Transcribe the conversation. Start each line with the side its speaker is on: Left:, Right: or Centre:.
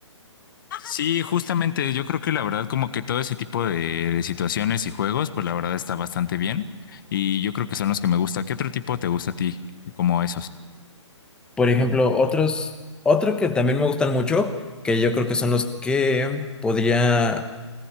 Left: Sí, justamente, yo creo que la verdad como que todo ese tipo de, de situaciones y juegos, pues la verdad está bastante bien y yo creo que son los que me gusta. ¿Qué otro tipo te gusta a ti como esos?
Centre: Por ejemplo, otros, otro que también me gustan mucho, que yo creo que son los que podría,